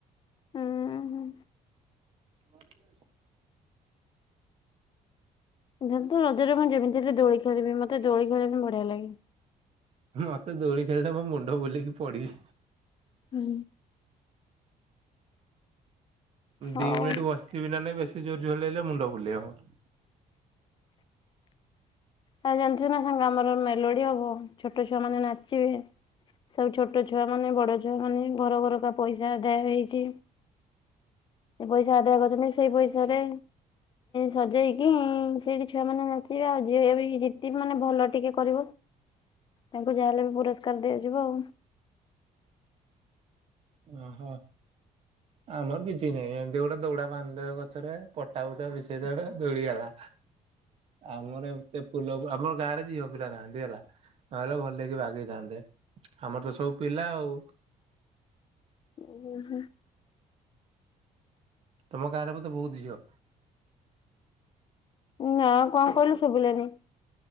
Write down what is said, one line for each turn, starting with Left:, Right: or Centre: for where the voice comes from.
Left: ହୁଁ।
Right: <unintelligible>
Left: ଏଥର ତ ରଜରେ ମୁଁ ଯେମିତି ହେଲେ ଦୋଳି ଖେଳିବି ମତେ ଦୋଳି ଖେଳିବା ପାଇଁ ବଢିଆ ଲାଗେ।
Right: ମତେ ଦୋଳି ଖେଳିଲେ ମୋ ମୁଣ୍ଡ ବୁଲେଇକି ପଡିବି।
Left: ହଁ। ହଉ।
Right: ଦି ମିନିଟ ବସିବି ନା ନାଇ ବେଶୀ ଜୋର ଝୁଲେଇଲେ ମୁଣ୍ଡ ବୁଲେ ବୁଲେଈହବ
Left: ଆଉ ଜାଣିଚୁ ନା ସାଙ୍ଗ ଆମର ମେଲୋଡି ହବ ଛୋଟ ଛୁଆ ମାନେ ନାଚିବେ ସବୁ ଛୋଟ ଛୁଆ ମାନେ ବଡ ଛୁଆ ମାନେ ଘର ଘରକା ପଇସା ଆଦାୟ ହେଇଛି ପଇସା ଆଦାୟ କରିଛନ୍ତି ସେଇ ପଇସାରେ ସଜେଇକି ସେଇଠି ଛୁଆ ମାନେ ନାଚିବେ ଆଉ ଯିଏ ବି ଯେତିକି ମାନେ ଭଲ ଟିକେ କରିବ ତାଙ୍କୁ ଯାହାହେଲେ ବି ପୁରସ୍କାର ଦିଆଯିବ ଆଉ ।
Right: ଓହୋ ଆମର କିଛି ନାହିଁ ଏମିତି ଗୋଟେ ଦୌଡା ବାନ୍ଧିଦେବେ ଗଛରେ ପଟା ଫୁଟା ମିଶେଇ ଦେବେ ଦୋଳି ହେଲା। ଆମର ଏତେ ସେ ଫୁଲକୁ ଆମର ଗାଁରେ ଝିଅ ପିଲା ପିଲା ନାହାଁନ୍ତି ହେଲା ନହେଲେ ଭଲ ଲକି ବାଗେଇଥାନ୍ତେ ଆମର ତ ସବୁ ପିଲା ଆଉ।
Left: ଓହୋ ।
Right: ତମ ଗାଁରେ ବୋଧେ ବହୁତ ଝିଅ।
Left: ନା କଣ କହିଲୁ ଶୁଭିଲାନି?